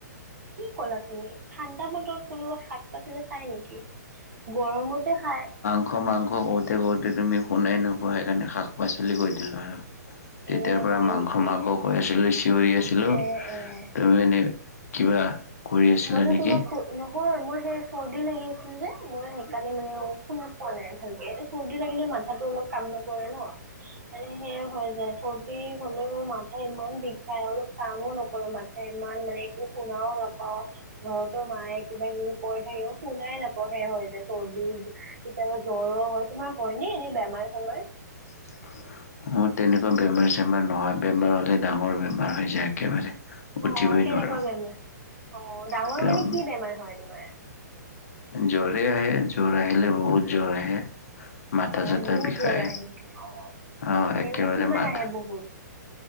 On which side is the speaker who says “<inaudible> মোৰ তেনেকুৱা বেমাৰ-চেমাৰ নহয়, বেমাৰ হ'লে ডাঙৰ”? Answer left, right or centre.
Left